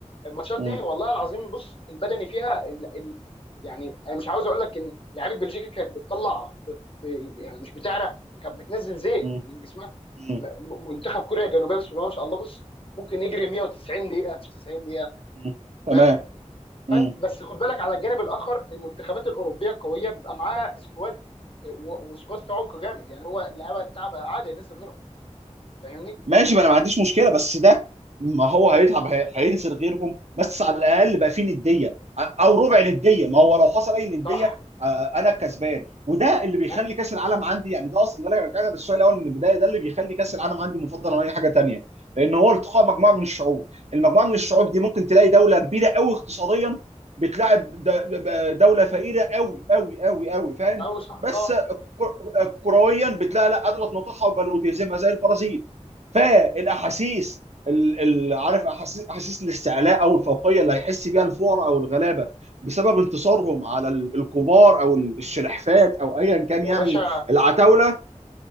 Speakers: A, on the left; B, on the right.
A: الماتشات
B: م.
A: دي والله العظيم بص البدني فيها ال... ال... يعني انا مش عاوز اقول لك ان لعيبه بلجيكا كانت بتطلع بت... ب... يعني مش بتعرق كانت بتنزل زيت
B: م.
A: من جسمها
B: م.
A: م... م- منتخب كوريا الجنوبيه بسم الله ما شاء الله بص ممكن يجري 190 دقيقه مش 90 دقيقه
B: م. تمام
A: فاهم
B: م.
A: فانت بس خد بالك على الجانب الاخر المنتخبات الاوروبيه القويه بيبقى معاها سكواد و- وسكواد في عمق جامد يعني هو اللعيبه هتتعب عادي ينزل غيرهم فاهمني
B: ماشي ما انا ما عنديش مشكله بس ده ما هو هيتعب هي- هينزل غيرهم بس على الاقل بقى فيه نديه او ربع نديه ما هو لو حصل اي نديه
A: صح
B: آه، انا الكسبان وده اللي بيخلي
A: أ-
B: كاس العالم عندي يعني ده اصلا ده اللي رجعنا للسؤال الاول من البدايه ده اللي بيخلي كاس العالم عندي مفضل عن اي حاجه تانيه لان هو التقاء مجموعه من الشعوب المجموعه من الشعوب دي ممكن تلاقي دوله كبيره قوي اقتصاديا بتلاعب د- دوله فقيره قوي قوي قوي قوي فاهم
A: او صح
B: بس
A: اه
B: كر- كرويا بتلاقي لا قادره تنطحها وبل وتهزمها زي البرازيل فالاحاسيس ال- ال- عارف احاسيس احاسيس الاستعلاء او الفوقيه اللي هيحس بيها الفقراء او الغلابه بسبب انتصارهم على ال- الكبار او ال- الشلحفات او ايا كان
A: يا
B: يعني
A: باشا
B: العتاوله